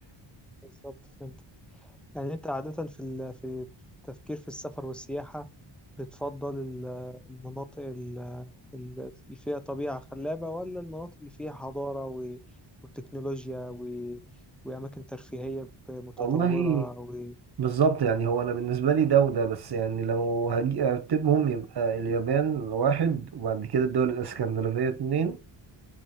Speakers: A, in the centre; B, on the right (about 50°).
A: بالظبط فهمت يعني أنت عادة في ال... في التفكير في السفر والسياحة بتفضل ال- المناطق ال- ال- اللي فيها طبيعة خلابة ولا المناطق اللي فيها حضارة و... وتكنولوجيا و... وأماكن ترفيهية
B: <laughs>
A: متطورة
B: والله
A: و...
B: بالظبط يعني هو أنا بالنسبة لي ده وده بس يعني لو هاجي أرتبهم يبقى اليابان واحد وبعد كده الدول الإسكندنافية اتنين